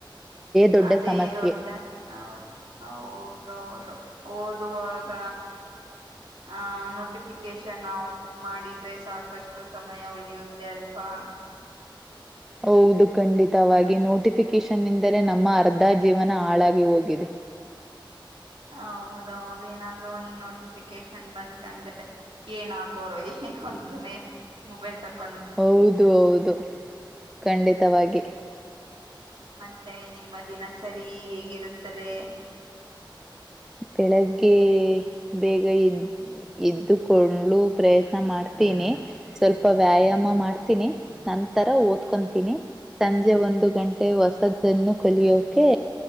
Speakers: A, in the centre; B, on the right.
A: ದೊಡ್ಡ
B: ಅದೇ
A: ಸಮಸ್ಯೆ
B: ದೊಡ್ಡ ಹೌದು ಹೌದೌದು ಓದುವಾಗ ಆಹ ನೋಟಿಫಿಕೇಶನ್ ಆಫ್ ಮಾಡಿದ್ರೆ ಸಾಕಷ್ಟು ಸಮಯ ಉಳಿಯುತ್ತೆ ಅಲ್ವಾ ಹಾ
A: ಹೌದು ಖಂಡಿತವಾಗಿ ನೋಟಿಫಿಕೇಶನ್ಂದರೆ ನಮ್ಮ ಅರ್ಧ ಜೀವನ ಹಾಳಾಗಿ ಹೋಗಿದೆ ಹ <unintelligible>
B: ಹ ಹೌದೌದು ಏನಾದ್ೂ ಒಂದ್ ನೋಟಿಫಿಕೇಶನ್ ಬಂತಂದ್ರೆ ಏನ್ ಹಾಕೋರೋ ಏನು ಅಂತಾನೆ ಮೊಬೈಲ್ ತಕ್ಕ
A: ಹೌದು ಹೌದು ಖಂಡಿತವಾಗಿ
B: ಮತ್ತೆ ನಿಮ್ಮ ದಿನಚರಿ ಹೇಗಿರುತ್ತದೆ
A: ಬೆಳಗ್ಗೆ ಬೇಗ ಇದ್ದ ಇದ್ದುಕೊಂಡಲು ಪ್ರಯತ್ನ ಮಾಡ್ತೀನಿ ಸ್ವಲ್ಪ ವ್ಯಾಯಾಮ ಮಾಡ್ತೀನಿ ನ ನಂತರ ಓದ್ಕೊತೀನಿ ಸಂಜೆ ಒಂದು ಗಂಟೆ ಹೊಸದನ್ನು ಕಲಿಯೋಕೆ